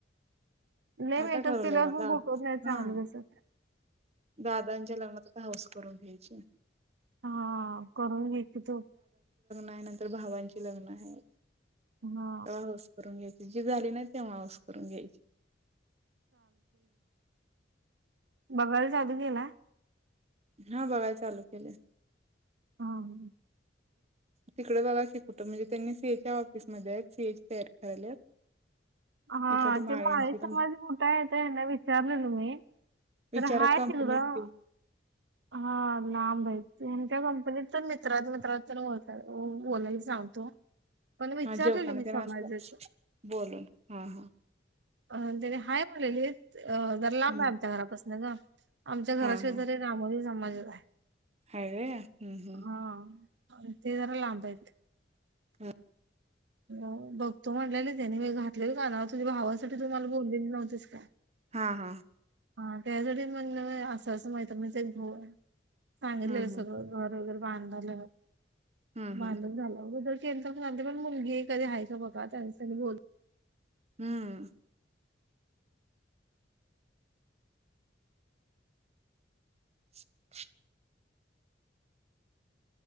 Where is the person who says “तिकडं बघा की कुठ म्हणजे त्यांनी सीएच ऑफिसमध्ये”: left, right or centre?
Right